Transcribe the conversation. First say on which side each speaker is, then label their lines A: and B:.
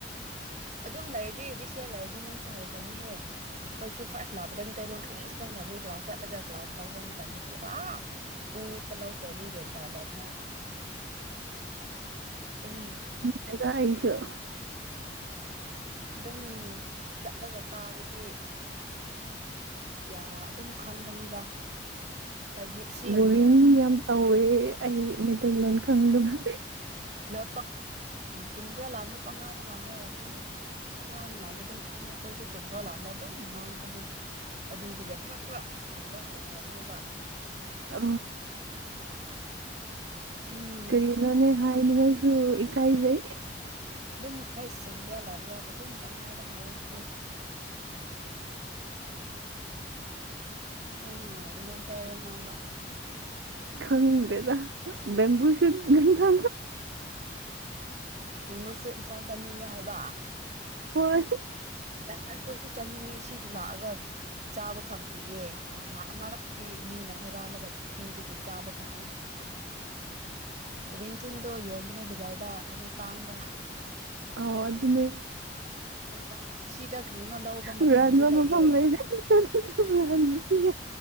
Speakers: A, on the right; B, on the right.
A: ꯑ ꯑꯗꯨꯝ ꯂꯩꯔꯗꯤ ꯑꯗꯨꯗꯤ ꯁꯦꯌꯔ ꯂꯩꯔꯗꯤ ꯅꯪ ꯁꯨ ꯍꯩꯈ꯭ꯔꯅꯤꯍꯦ ꯑꯩꯈꯣꯏꯁꯨ ꯐꯥꯔꯁ ꯂꯥꯛꯄꯗ ꯃꯤꯇꯩꯇꯩꯂꯣꯟ ꯀꯔꯤꯁꯨ ꯈꯪꯗꯕꯅꯤ ꯀ꯭ꯂꯥꯁ ꯆꯠꯂꯒ ꯀ꯭ꯂꯥꯁ ꯂꯧꯕ ꯃꯇꯝꯗꯗꯤ ꯑꯥ ꯏꯪꯂꯤꯁꯇ ꯂꯧꯗ꯭ꯔꯗꯤ ꯒꯌꯥꯟ ꯇꯥꯗꯕꯅꯦ ꯑꯗꯨꯝ
B: ꯈꯦꯗ ꯏꯁꯨꯣ
A: ꯑꯗꯨꯝ ꯆꯠꯂꯒ ꯇꯥꯔꯗꯤ ꯌꯥ ꯑꯗꯨꯝ ꯈꯪꯒꯅꯤꯗ ꯍꯥꯏꯕꯗꯤ ꯁꯤ
B: ꯕꯣꯔꯤꯡ ꯌꯥꯝ ꯇꯧꯋꯦ ꯑꯩ ꯃꯩꯇꯩꯂꯣꯟ ꯈꯪꯗꯕꯁꯦ
A: ꯂ ꯇꯨꯝ꯭ꯔꯥ ꯂꯥꯕꯅ ꯄꯉꯥꯅ ꯉꯥꯡꯉꯣ ꯑꯗꯨꯝ ꯄꯉꯥꯅ ꯉꯥꯡꯅꯤ ꯑꯗꯨꯝ ꯈꯪꯅꯤ ꯑꯩꯈꯣꯏꯁꯨ ꯆꯨꯝꯕ꯭ꯔꯥ ꯂꯥꯟꯕ꯭ꯔꯥ ꯑꯗꯨꯝ ꯉꯥꯡꯕꯅꯦ ꯑꯗꯨꯗꯒꯤ ꯈꯔ ꯈꯔ ꯍꯩꯕ ꯍꯧꯈ꯭ꯔꯕꯅꯦꯕ
B: ꯑ
A: ꯎꯝ
B: ꯀꯔꯤꯅꯣꯅꯦ
A: ꯍꯨꯝ
B: ꯍꯥꯏꯥꯏꯅꯤꯡꯉꯥꯏ ꯁꯨ ꯏꯀꯥꯏꯖꯦ
A: ꯑꯗꯨꯝ ꯍꯩꯁ ꯆꯨꯝꯕ꯭ꯔꯥ ꯂꯥꯝꯕ꯭ꯔꯥ ꯑꯗꯨꯝ ꯄꯪꯍꯥꯏꯗ ꯍꯥꯏꯌꯨꯍ ꯌꯥꯝ ꯅꯨꯡꯉꯥꯏꯕꯅꯦ ꯑꯇꯌꯦꯜꯕ ꯉꯥꯡꯕ
B: ꯈꯪꯗ꯭ꯔꯦꯗ ꯕꯦꯝꯕꯨꯨ ꯁꯨꯠ ꯉꯟ ꯊ
A: ꯃꯤꯃꯁꯨ ꯏꯁꯥ ꯆꯥꯅꯤꯡꯉꯦ ꯍꯥꯏꯕ
B: ꯍꯣꯏ
A: ꯑꯩꯈꯣꯏꯁꯨ ꯆꯥꯅꯤꯡꯉꯦ ꯁꯤꯗꯤ ꯂꯥꯛꯑꯒ ꯆꯥꯕ ꯐꯪꯗ꯭ꯔꯤꯌꯦ ꯅꯍꯥꯛ ꯃꯔꯛꯇꯤ ꯃꯤꯅ ꯍꯨꯔꯥꯜꯂꯒ ꯄꯤꯕꯒꯤ ꯆꯥꯕ ꯐꯪꯉꯦ ꯔꯦꯡꯊꯨꯜꯗꯣ ꯌꯣꯟꯕꯅꯦ ꯕꯖꯥꯔꯗ ꯑꯗꯨ ꯇꯥꯡꯕ
B: ꯑ ꯑꯗꯨꯗꯅꯦ
A: ꯀꯇ ꯑꯁꯤꯗ ꯀꯔꯤꯅꯣ ꯂꯧꯕ
B: ꯍꯨꯔꯥꯟꯕ
A: ꯃꯐꯝꯗꯤ ꯂꯩꯑ
B: ꯃꯐꯝ ꯂꯩꯔꯗꯤ ꯆꯠꯂꯁꯨ ꯍꯨꯔꯥꯟꯕꯁꯨ ꯌꯥꯏ